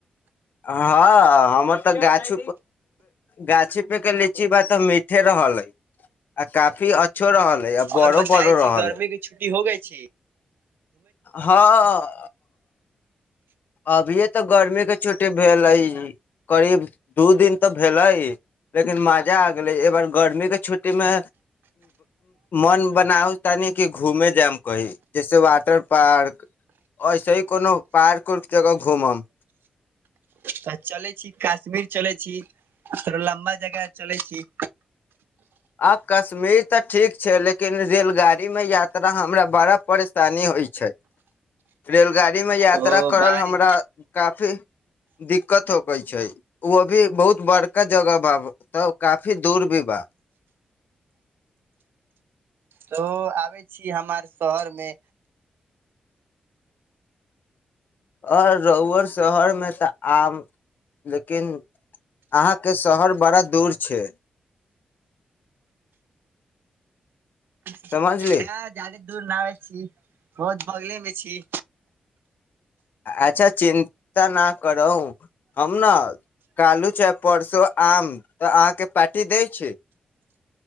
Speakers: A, on the left (about 65°); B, on the right (about 80°).
A: हँ हमर तऽ गाछ गाछी पे के लीची बा तऽ मीठे रहल हई आ काफी अच्छो रहल अइ आ बड़ो
B: आओर बताय
A: बड़ो रहल
B: छी गर्मी
A: अइ
B: के छुट्टी हो गई ीक
A: हँ अभी तऽ गर्मी के छु भेल करीब दू दिन तऽ भेलै लेकिन मजा आ गेले एक बार गर्मी के छुट्टी मे मन बनाउ तनी कि घूमे जायम कही जैसे वाटर पार्क ऐसे ही कोनो पार्क उर्क जगह घूमम
B: तऽ चलै छी कश्मीर चलै छी थोड़ो लम्बा जगह चलै छी
A: आब कश्मीर तऽ ठीक छै लेकिन रेलगाड़ी मे यात्रा हमरा बड़ा परेशानी होइ छै रेलगाड़ी गाड़ी मे यात्रा
B: ओ
A: करल
B: बारी
A: हमरा काफी दिक्कत हो कहै छै ओ भी बहुत बड़का जगह बा तऽ काफी दूर भी बा
B: तऽ आबै छीिय हमर शहरमे
A: आओर रोहुुअर शहर मे तऽ आम लेकिन अहाँके शहरमे बड़ा दूर छै
B: ह
A: समझली
B: जा बहुत दूर नाबे छी बहुत बगले मे छी
A: अच्छा चिन्ता न करू हम ने कालू चाहे परसो आम तऽ अहाँके पार्टी दै छै